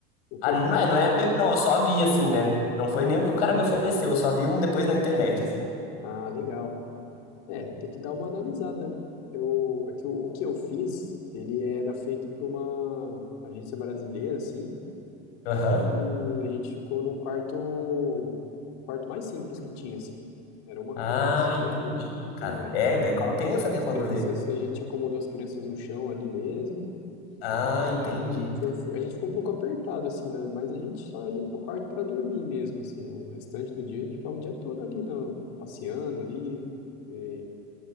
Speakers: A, on the left (about 65°); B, on the left (about 80°).
A: O que
B: Ah,
A: eu
B: não
A: fui.
B: é, não é meu, não. Eu só vi assim, né? Não foi nem o que o cara me ofereceu. Eu só vi um depois na internet, assim.
A: Ah, legal. É, tem que dar uma analisada, né? Eu, é que o, o que eu fiz, ele era feito por uma agência brasileira, assim,
B: Aham.
A: e a gente ficou no quarto, o quarto mais simples que tinha, assim. Era uma
B: Ah,
A: cama só,
B: entendi, cara.
A: é,
B: É, daí compensa, né?
A: e as
B: Quando
A: crianças,
B: vê.
A: a gente acomodou as crianças no chão ali mesmo.
B: Ah, entendi.
A: Aí foi, foi- a gente ficou um pouco apertado, assim, né? Mas a gente só ia pro quarto para dormir mesmo, assim. O restante do dia a gente ficava o dia todo ali, na- passeando ali, é,